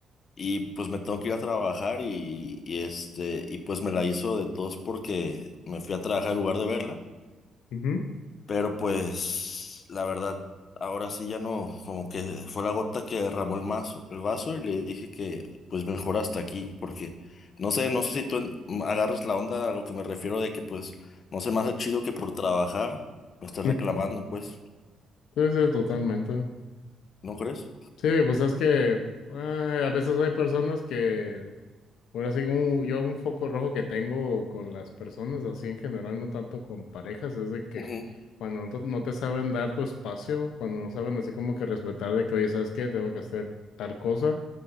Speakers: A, on the left; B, on the left.
A: Y pues me tengo que ir a trabajar y, y este, y pues me la hizo de tos porque me fui a trabajar en lugar de verla.
B: ujú,
A: Pero pues la verdad, ahora sí ya no, como que fue la gota que derramó el mazo, el vaso y le dije que pues mejor hasta aquí, porque no sé, no sé si tú en- agarras la onda a lo que me refiero de que pues no se me hace chido que por trabajar me estés
B: ujú.
A: reclamando, pues,
B: Sí, sí, totalmente.
A: ¿no crees?
B: Sí, pues es que eh, a veces hay personas que Bueno, así como yo un foco rojo que tengo con las personas, así en general, no tanto con parejas, es de que
A: Ujú,
B: cuando no te no te saben dar tu espacio, cuando no saben así como que respetar de que, oye, ¿sabes qué? Tengo que hacer tal cosa,